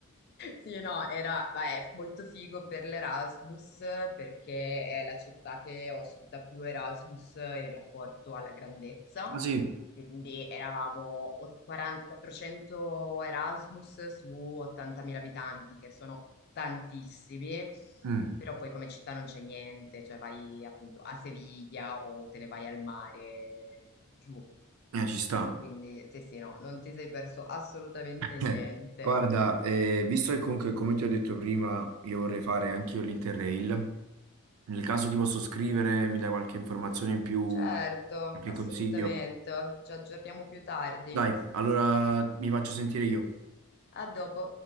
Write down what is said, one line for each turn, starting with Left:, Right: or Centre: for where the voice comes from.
Left: Sì, no, era, beh, molto figo per l'Erasmus perché è la città che ospita più Erasmus in rapporto alla grandezza.
Right: Ah sì,
Left: Quindi eravamo o- 40 400 Erasmus su 80.000 abitanti, che sono tantissimi,
Right: Mm,
Left: però poi come città non c'è niente, cioè vai appunto a Seviglia o te ne vai al mare giù.
Right: eh, ci sta.
Left: Quindi sì, sì, no, non ti sei perso assolutamente
Right: Eh,
Left: niente.
Right: Guarda, eh, visto che comunque, come ti ho detto prima, io vorrei fare anch'io l'Interrail, nel caso ti posso scrivere, mi dai qualche informazione in più,
Left: Certo,
Right: qualche
Left: assolutamente.
Right: consiglio?
Left: Ci aggiorniamo più tardi.
Right: Dai, allora mi faccio sentire io.
Left: A dopo.